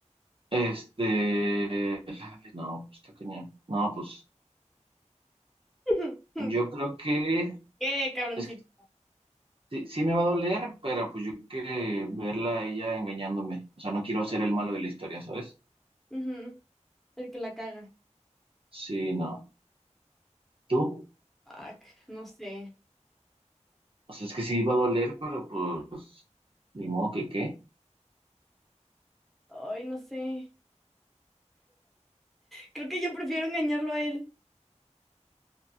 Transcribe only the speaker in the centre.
<laughs>
¿Qué, cabroncito?
Ujú, El que la caga.
Fuck, no sé.
Ay, no sé. Creo que yo prefiero engañarlo a él,